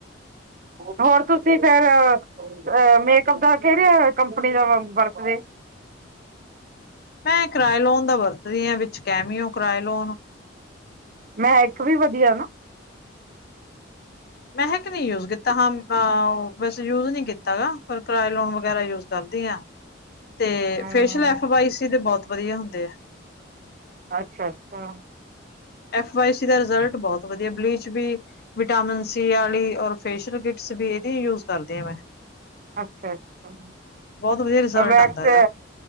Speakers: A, on the right (about 45°); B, on the left (about 55°).
A: ਹੋਰ ਤੁਸੀਂ ਫੇਰ ਅ ਮੇਕਅਪ ਦਾ ਕਿਹੜੇ ਕੰਪਨੀ ਦਾ ਵਰਤਦੇ
B: ਮੈਂ ਕਰਾਇਲੋਨ ਦਾ ਵਰਤਦੀ ਆ ਵਿੱਚ ਕੈਮੀਓ ਕਰਾਇਲੋਨ
A: ਮੈਂ ਇੱਕ ਵੀ ਵਧੀਆ ਨਾ
B: ਮੈਂ ਕਿਹਾ ਨਹੀਂ ਯੂਜ ਕੀਤਾ ਹਾਂ ਬਸ ਯੂਜ ਨਹੀਂ ਕੀਤਾ ਗ ਪਰ ਕਿਰਾਏ ਲੋਨ ਵਗੈਰਾ ਯੂਜ ਕਰਦੀ ਹਾਂ ਤੇ
A: ਹੂੰ
B: ਫੇਸ਼ਅਲ ਐਫ ਵਾਈ ਸੀ ਤੇ ਬਹੁਤ ਵਧੀਆ ਹੁੰਦੇ ਆ।
A: ਅੱਛਾ ਅੱਛਾ।
B: ਐਫ ਵੀ ਸੀ ਦਾ ਰਿਜ਼ਲਟ ਬਹੁਤ ਵਧੀਆ ਬਲੀਚ ਵੀ, ਵਿਟਾਮਿਨ ਸੀ ਵਾਲੀ ਔਰ ਫੇਸ਼ਅਲ ਕਿਟਸ ਵੀ ਇਹਦੀ ਯੂਜ ਕਰਦੀ ਆ ਮੈਂ
A: ਅੱਛਾ ਅੱਛਾ
B: ਬਹੁਤ ਵਧੀਆ ਰਿਜ਼ਲਟ
A: ਵੈਕਸ
B: ਆਉਂਦਾ ਇਹਦਾ